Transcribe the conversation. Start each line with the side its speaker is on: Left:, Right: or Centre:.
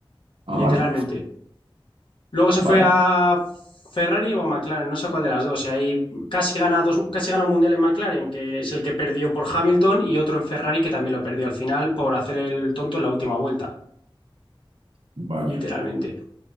Right: Ah,
Left: literalmente.
Right: vale.
Left: Luego se
Right: Vaya,
Left: fue a Ferrari o a McLaren, no sé cuál de las dos. Y ahí casi gana dos, casi gana un mundial en McLaren, que es el que perdió por Hamilton, y otro en Ferrari que también lo perdió al final por hacer el tonto en la última vuelta,
Right: vaya.
Left: literalmente.